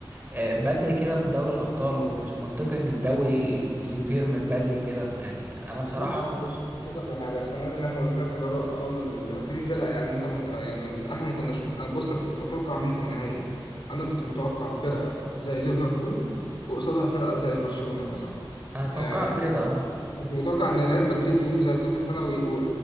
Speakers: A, on the right; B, on the left.
A: آه، بدري كده من دوري الابطال ومش منطقي ان الدوري يطير من بدري كده يعني انا بصراحه
B: بص
A: ما...
B: بص بص اقول لك على حاجه السنه دي زي ما قلت لك في دوري الابطال اللي فيه فرق يعني انت مد... يعني احنا ما كناش مت... انا بص كنت متوقع مين في النهائي انا كنت متوقع فرقه زي ليفربول وقصادها فرقه زي برشلونه مثلا
A: انا توقعت
B: آه،
A: كده اه
B: كنت متوقع ان ريال مدريد يقوم زي كل سنه وي... و...